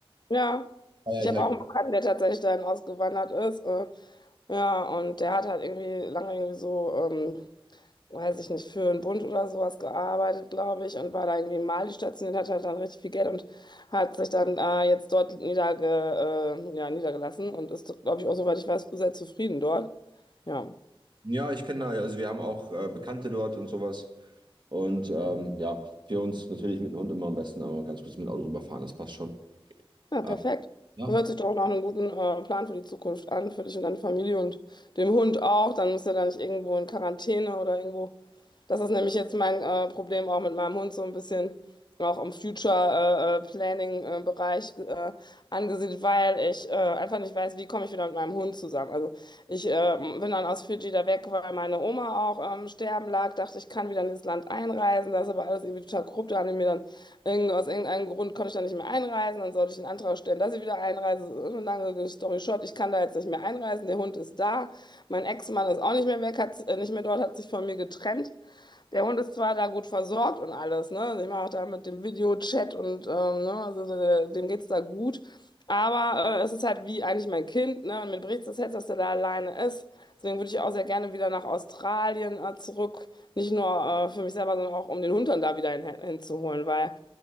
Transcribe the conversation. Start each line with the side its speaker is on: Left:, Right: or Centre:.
Left: Ja,
Right: Aber
Left: ich
Right: ich
Left: habe
Right: halt,
Left: auch einen Bekannten, der tatsächlich dahin ausgewandert ist. Äh, ja, und der hat halt irgendwie lange irgendwie so, ähm, weiß ich nicht, für einen Bund oder sowas gearbeitet, glaube ich, und war da irgendwie in Mali stationiert, hat halt dann richtig viel Geld und hat sich dann äh, jetzt dort niederge, äh, ja, niedergelassen und ist, glaube ich, auch, soweit ich weiß, sehr zufrieden dort. Ja.
Right: ja, ich kenne da, also wir haben auch äh, Bekannte dort und sowas. Und ähm, ja, für uns natürlich mit dem Hund immer am besten, aber ganz kurz mit dem Auto rüberfahren, das passt schon.
Left: Ja,
Right: Äh,
Left: perfekt.
Right: ja.
Left: Hört sich doch nach einem guten äh, Plan für die Zukunft an, für dich und deine Familie und dem Hund auch. Dann muss er da nicht irgendwo in Quarantäne oder irgendwo. Das ist nämlich jetzt mein äh, Problem auch mit meinem Hund so ein bisschen auch im Future äh, äh, Planning äh, Bereich äh, angesiedelt, weil ich äh, einfach nicht weiß, wie komme ich wieder mit meinem Hund zusammen. Also ich äh, bin dann aus Fidschi da weg, weil meine Oma auch ähm, sterben lag, dachte, ich kann wieder in dieses Land einreisen. Das ist aber alles irgendwie total korrupt. Da haben die mir dann Irgend, aus irgendeinem Grund konnte ich da nicht mehr einreisen, dann sollte ich einen Antrag stellen, dass ich wieder einreise. So Eine lange Story short, ich kann da jetzt nicht mehr einreisen, der Hund ist da, mein Ex-Mann ist auch nicht mehr weg, hat, äh, nicht mehr dort, hat sich von mir getrennt. Der Hund ist zwar da gut versorgt und alles, ne? Also ich mache auch da mit dem Videochat und ähm, ne? Also äh, dem geht's da gut. Aber äh, es ist halt wie eigentlich mein Kind, ne? Und mir bricht das Herz, dass der da alleine ist. Deswegen würde ich auch sehr gerne wieder nach Australien äh, zurück. Nicht nur äh, für mich selber, sondern auch um den Hund dann da wieder hin, hinzuholen, weil.